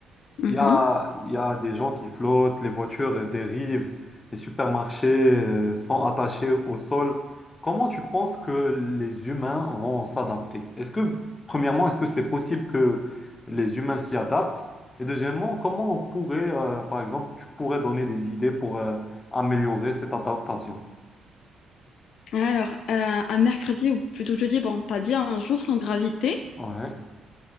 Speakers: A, on the left (about 70°); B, on the left (about 35°).
A: Mhm.
B: Il y a, il y a des gens qui flottent, les voitures euh, dérivent, les supermarchés euh, sont attachés au sol. Comment tu penses que les humains vont s'adapter? Est-ce que, premièrement, est-ce que c'est possible que les humains s'y adaptent? Et deuxièmement, comment on pourrait, euh, par exemple, tu pourrais donner des idées pour euh, améliorer cette adaptation?
A: Alors, euh, un mercredi ou plutôt jeudi, bon, t'as dit un jour sans gravité.
B: Ouais.